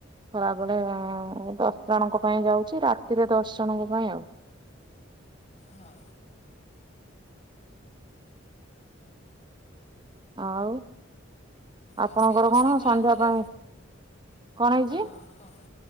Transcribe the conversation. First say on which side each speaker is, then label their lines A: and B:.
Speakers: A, on the right (about 25°); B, on the left (about 35°).
A: ଖରାବେଳେ ଅ, ଅ, ଅ, ଦଶ ଜଣଙ୍କ ପାଇଁ ଯାଉଚି ରାତିରେ ଦଶ ଜଣଙ୍କ ପାଇଁ ଆଉ।
B: ହଁ
A: ଆଉ ଆପଣଙ୍କର
B: ଆଉ ସେଇ ରୋଷେଇ
A: କଣ
B: କଲା
A: ସନ୍ଧ୍ୟା
B: ପରେ
A: ପାଇଁ କଣ ହେଇଚି?
B: ହଁ କୁହନ୍ତୁ।